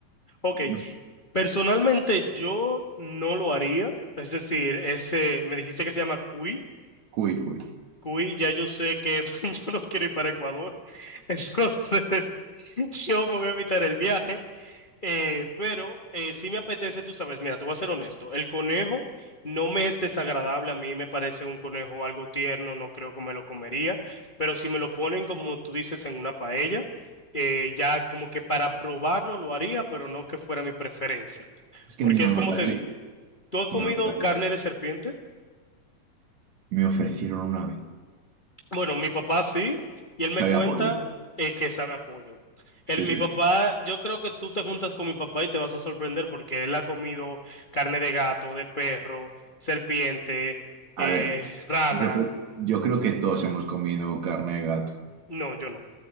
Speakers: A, on the left; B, on the right.
A: Ok,
B: No sé.
A: personalmente yo no lo haría. Es decir, ese, me dijiste que se llama cuy.
B: Uy, uy.
A: Cuy, ya yo sé que <laughs> yo no quiero ir para Ecuador. Entonces, <laughs> yo me voy a evitar el viaje. Eh, pero eh, sí me apetece, tú sabes, mira, te voy a ser honesto, el conejo no me es desagradable, a mí me parece un conejo algo tierno, no creo que me lo comería, pero si me lo ponen como tú dices en una paella, eh, ya como que para probarlo lo haría, pero no que fuera mi preferencia,
B: Es que
A: porque
B: ni lo
A: es
B: notarías.
A: como te digo, ¿tú has comido
B: Ni lo notarías.
A: carne de serpiente?
B: Me ofrecieron una vez.
A: Bueno, mi papá sí, y él me
B: Sabía
A: cuenta
B: a pollo.
A: eh, que sabe apoyo. Él,
B: Sí,
A: mi
B: sí,
A: papá,
B: sí.
A: yo creo que tú te juntas con mi papá y te vas a sorprender porque él ha comido carne de gato, de perro, serpiente,
B: A
A: eh,
B: ver,
A: rana.
B: yo, creo- yo creo que todos hemos comido carne de gato.
A: No, yo no.